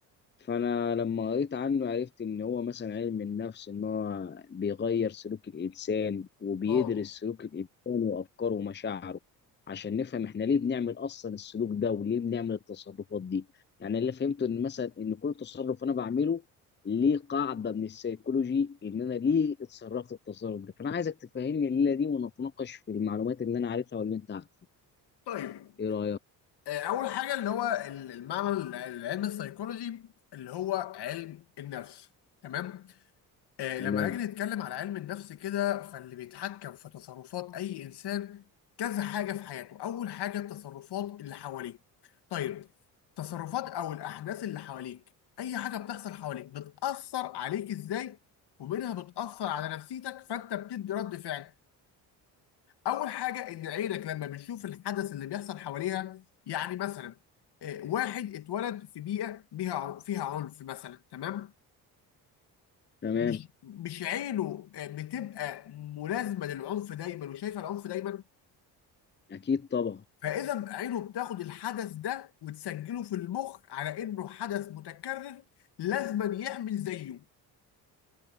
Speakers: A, on the left; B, on the left.
A: فانا لما قريت عنه عرفت ان هو مثلا علم النفس ان هو بيغير سلوك الانسان وبيدرس
B: اه
A: سلوك الانسان وافكاره ومشاعره عشان نفهم احنا ليه بنعمل اصلا السلوك ده وليه بنعمل التصرفات دي يعني اللي فهمته ان مثلا ان كل تصرف انا بعمله ليه قاعده من السيكولوجي ان انا ليه اتصرفت التصرف ده فانا عايزك تفهمني الليله دي ونتناقش في المعلومات اللي انا عارفها واللي انت عارفها
B: طيب
A: ايه رايك
B: آه، اول حاجه اللي هو ال- المعنى ال- العلم السيكولوجي اللي هو علم النفس تمام آه،
A: تمام
B: لما نيجي نتكلم على علم النفس كده فاللي بيتحكم في تصرفات اي انسان كذا حاجه في حياته اول حاجه التصرفات اللي حواليه طيب التصرفات او الاحداث اللي حواليك اي حاجه بتحصل حواليك بتاثر عليك ازاي ومنها بتاثر على نفسيتك فانت بتدي رد فعل اول حاجه ان عينك لما بتشوف الحدث اللي بيحصل حواليها يعني مثلا آه، واحد اتولد في بيئه بيها ع- فيها عنف مثلا تمام
A: تمام
B: مش مش عينه آه، بتبقى ملازمه للعنف دايما وشايفه العنف دايما
A: اكيد طبعا
B: فاذا عينه بتاخد الحدث ده وتسجله في المخ على انه حدث متكرر لازما يعمل زيه